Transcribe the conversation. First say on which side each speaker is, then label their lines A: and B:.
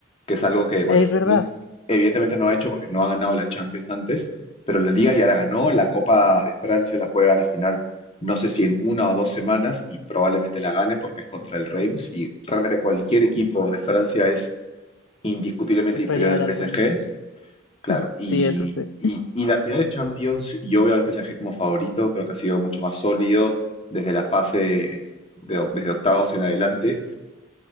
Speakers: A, on the left; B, on the left.
A: que es algo que, bueno,
B: Es verdad,
A: nunca, evidentemente no ha hecho porque no ha ganado la Champions antes, pero la Liga ya la ganó, la Copa de Francia la juega a la final, no sé si en una o dos semanas, y probablemente la gane porque es contra el Reims, y realmente cualquier equipo de Francia es indiscutiblemente
B: superior
A: inferior al
B: al
A: PSG,
B: Reims.
A: Claro, y,
B: Sí, eso sí.
A: y- y la final de Champions, yo veo al PSG como favorito, creo que ha sido mucho más sólido desde la fase, de, desde octavos en adelante,